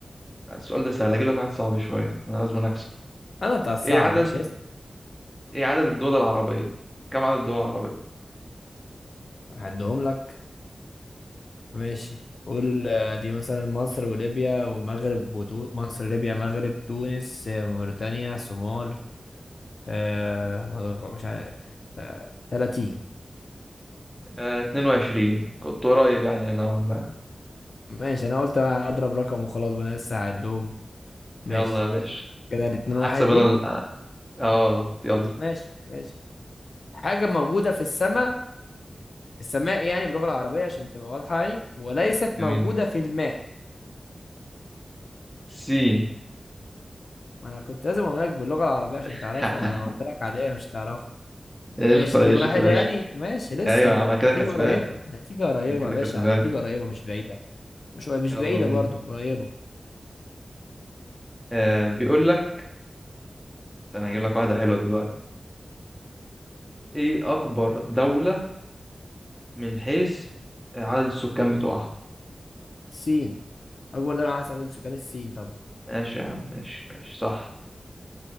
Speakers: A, in the centre; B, on the left.
A: لا، السؤال ده سهل اجيب لك واحد صعب شوية انا لازم اكسب
B: انا بتاع الصعب
A: ايه عدد
B: يا باشا اسم
A: ايه عدد الدول العربية كم عدد الدول العربية
B: هعدهم لك ماشي قول آه، دي مثلا مصر وليبيا والمغرب وتو... مصر ليبيا مغرب تونس آه، موريتانيا صومال آه... مدغ- مش عارف آه... 30
A: آه 22 كنت قريب يعني نوعا ما
B: ماشي انا قلت هضرب رقم وخلاص بقى انا لسه هعدهم ماشي
A: يلا يا باشا
B: كده الاتنين
A: هكسب
B: واحد
A: انا
B: ليك
A: ال- اه يلا
B: ماشي ماشي حاجة موجودة في السماء السماء يعني باللغة العربية عشان تبقى واضحة يعني وليست
A: جميل
B: موجودة في الماء
A: سين
B: ما أنا كنت لازم أقول لك باللغة العربية عشان
A: <laughs>
B: تعرفها وأنا قلت لك عادية مش تعرفها
A: قشطة
B: ماشي اتنين
A: قشطة
B: واحد يعني
A: قشطة
B: ماشي لسه
A: ايوه
B: النتيجة
A: يا عم انا كده كسبان
B: قريبة النتيجة قريبة
A: انا كده
B: يا باشا
A: كسبان
B: النتيجة قريبة مش بعيدة مش مش
A: يلا
B: بعيدة
A: بينا
B: برضو قريبة
A: آه بيقول لك انا هجيب لك واحدة حلوة دلوقتي ايه اكبر دولة من حيث عدد السكان بتوعها
B: الصين أكبر دولة على حسب عدد سكان الصين طبعا
A: ماشي يا عم ماشي ماشي صح